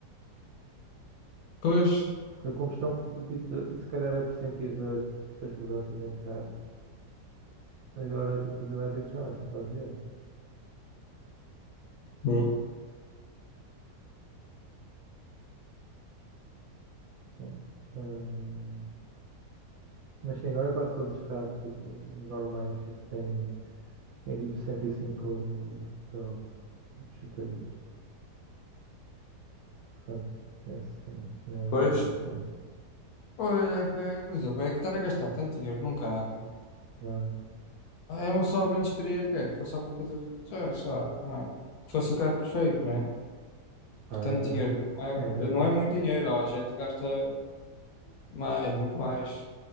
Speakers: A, on the left; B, on the right.
A: Pois,
B: Porque a combustão, tipo, de- se calhar é por sentir eh, tipo, as mudanças a entrar. Agora, tipo, os elétricos não, é sempre a aviar.
A: Hum.
B: Hum, hum, mas sim, agora quase todos os carros, tipo, os normais, tipo, têm, têm tipo 105 cavalos, tipo, citadinos. Portanto, esse, yeah, não
A: pois,
B: é pela potência.
A: pois é que, por exemplo, é que estar a gastar tanto dinheiro num carro.
B: Ah,
A: É uma só ao menos queria que, é, que fosse alguma coisa, sei lá, sei lá, não é? Que fosse o carro perfeito, não é?
B: ah,
A: Que tanto
B: exato.
A: dinheiro não
B: É, não
A: é, não
B: com...
A: é muito dinheiro, ó, a gente gasta mais, muito mais